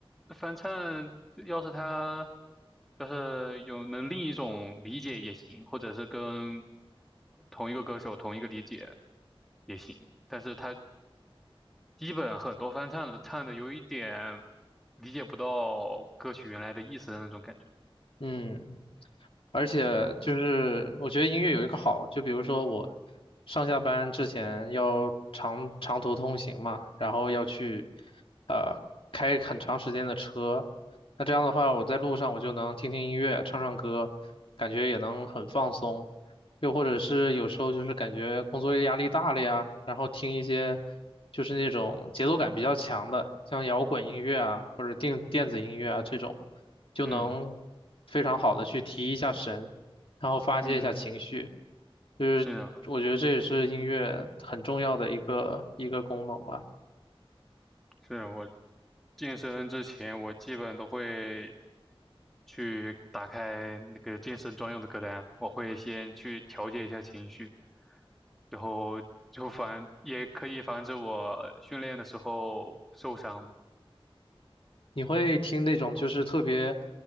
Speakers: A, in the centre; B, on the left.
A: 翻唱，要是他要是有能另一种理解也行，或者是跟同一个歌手同一个理解也行，但是他基本很多翻唱的唱的有一点理解不到歌曲原来的意思的那种感觉。
B: 嗯。而且就是我觉得音乐有一个好，就比如说我上下班之前要长长途通行嘛，然后要去呃开很长时间的车，那这样的话我在路上我就能听听音乐，唱唱歌，感觉也能很放松。又或者是有时候就是感觉工作压力大了呀，然后听一些。就是那种节奏感比较强的，像摇滚音乐啊，或者电电子音乐啊这种，就能
A: 嗯
B: 非常好的去提一下神，然后发泄一下情绪。
A: 嗯，
B: 就是我觉得这也是音乐很重要的一个一个功能吧。
A: 是啊，是啊，我健身之前，我基本都会去打开那个健身专用的歌单，我会先去调节一下情绪，然后就防，也可以防止我训练的时候受伤嘛
B: 你会听那种就是特别